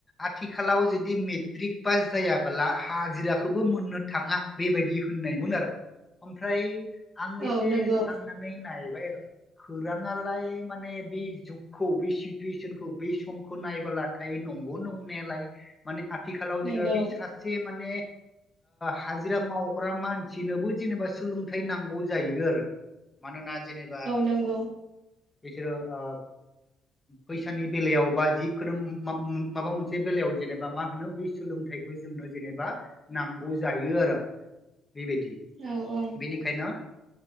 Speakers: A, on the left (about 20°); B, on the right (about 50°).
A: आथिखालाव जदि मेट्रिक पास जायाबला हाजिराखौबो मोननो थाङा बेबायदि होननायमोन आरो। ओमफ्राय आं
B: औ
A: एसे
B: नंगौ
A: साननानै नायबा खौाङालाय माने बे जुगखौ बे सिथुवेसनखौ बे समखौ नायबोलाथाय नंगौ नंनायालाय माने आथिखालाव
B: नंगौ
A: जेनेबा बे सासे माने हाजिरा मावग्रा मानसिनोबो जेनेबा सोलोंथाइ नांगौ जायो आरो। मानना जिनिबा
B: नांगौ
A: बिसोरो फैसानि बेलायाव बा जिखुनु माबा मोनसे बेलायाव। जेनेबा मा होनो बे सोलोंथाइखौ जोंनो जेनेबा नांगौ जायो आरो। बेबायदि
B: औ औ
A: बेनिखायनो